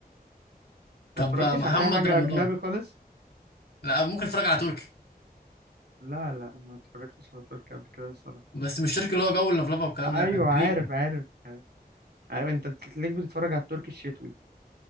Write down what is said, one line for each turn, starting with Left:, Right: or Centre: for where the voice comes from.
Left: طب
Right: ما اتفرجتش
Left: آه، محمد
Right: على اي حاجه
Left: رمضان
Right: اجنبي خالص
Left: لا ممكن اتفرج على تركي
Right: لا لا ما اتفرجتش على تركي قبل كده الصراحه
Left: بس مش تركي اللي هو جو اللفلفه والكلام ده
Right: ايوه
Left: لا، كان تاريخي
Right: عارف عارف عارف انت تلاقيك بتتفرج على التركي الشتوي